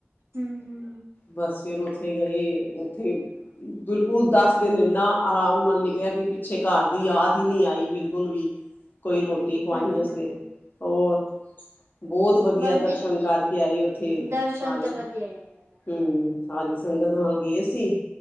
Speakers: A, on the right (about 85°); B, on the left (about 45°).
A: ਹਮ। ਹਮ
B: ਬਸ ਫੇਰ ਉਥੇ ਗਏ ਉਥੇ ਬਿਲਕੁਲ ਦਸ ਦਿਨ ਇੰਨਾ ਆਰਾਮ ਨਾਲ ਨਿਕਲਿਆ ਕਿ ਪਿੱਛੇ ਘਰ ਦੀ ਯਾਦ ਈ ਨੀ ਆਈ। ਬਿਲਕੁਲ ਵੀ ਕੋਈ ਰੋਟੀ ਪਾਣੀ
A: ਹਮ
B: ਵਾਸਤੇ
A: ਹਮ
B: ਹੋਰ ਬਹੁਤ ਵਧੀਆ
A: ਬਸ
B: ਦਰਸ਼ਨ
A: ਜੀ
B: ਕਰਕੇ ਆਈ ਓਥੇ,
A: ਦਰਸ਼ਨ
B: ਸਾਰੀ।
A: ਤਾਂ ਵਧੀਆ ਜਾਂਦਾ ਨੇ
B: ਹਮ, ਸਾਰੀ ਸੰਗਤ ਨਾਲ ਗਏ ਸੀ,